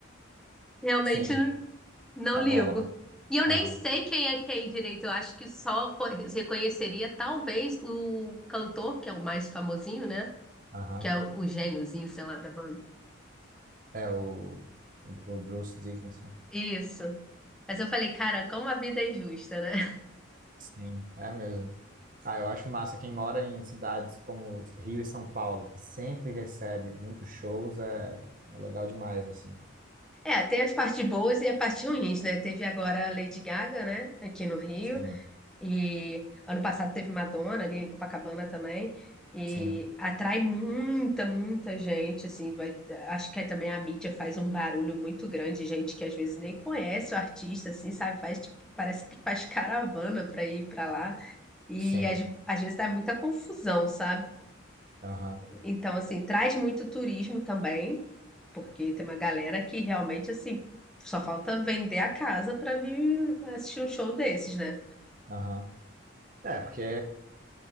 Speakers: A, in the centre; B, on the right (about 40°).
A: realmente
B: Sim.
A: Não
B: Da
A: ligo.
B: bola. né?
A: E eu nem
B: Aham.
A: sei quem é quem direito. Eu acho que só co- reconheceria talvez o cantor, que é o mais famosinho, né?
B: Aham.
A: Que é o, o gêniozinho, sei lá, da banda.
B: É o, o o Bruce Dickinson.
A: Isso. Mas eu falei, cara, como a vida é injusta, né? <laughs>
B: Sim, é mesmo. Ah, eu acho massa quem mora em cidades como Rio e São Paulo, que sempre recebe muitos shows, é, é legal demais, assim.
A: É, tem as partes boas e as partes ruins, né? Teve agora a Lady Gaga, né? Aqui no Rio.
B: Sim,
A: E ano passado teve Madonna ali em Copacabana também. E
B: sim,
A: atrai muita, muita gente, assim, vai, acho que aí também a mídia faz um barulho muito grande, gente que às vezes nem conhece o artista, assim, sabe? Faz, tipo, parece que faz caravana para ir para lá. E
B: sim.
A: às, às vezes dá muita confusão, sabe?
B: Aham,
A: Então, assim, traz muito turismo também, porque tem uma galera que realmente, assim, só falta vender a casa para vir assistir um show desses, né?
B: aham. É, porque